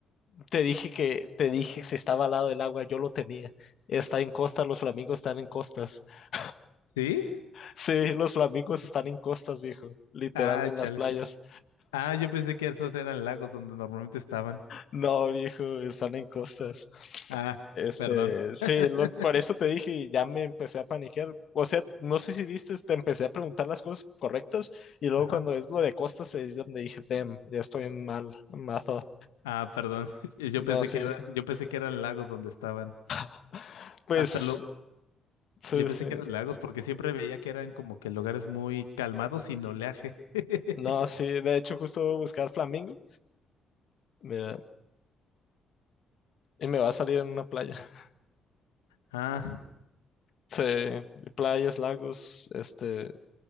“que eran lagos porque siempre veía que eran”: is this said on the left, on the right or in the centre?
Left